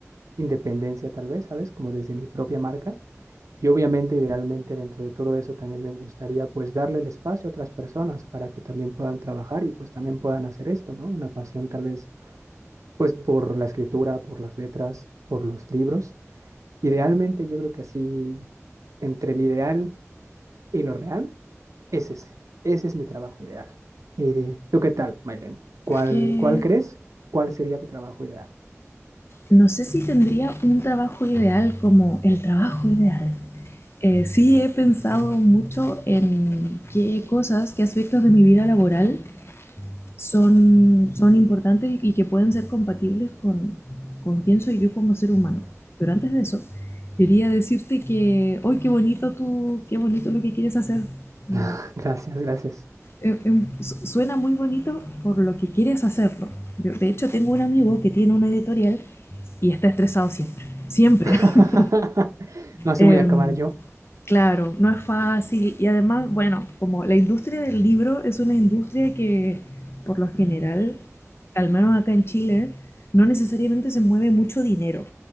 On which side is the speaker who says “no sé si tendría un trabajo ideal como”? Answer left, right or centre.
Left